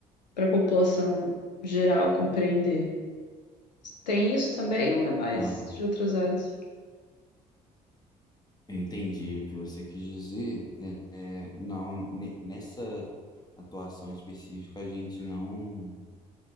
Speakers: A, on the left; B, on the left.
A: para a população geral compreender. Tem isso também ou é mais
B: Não,
A: de outras áreas?
B: eu entendi o que você quis dizer. É, é, não, ne- nessa atuação específica, a gente não.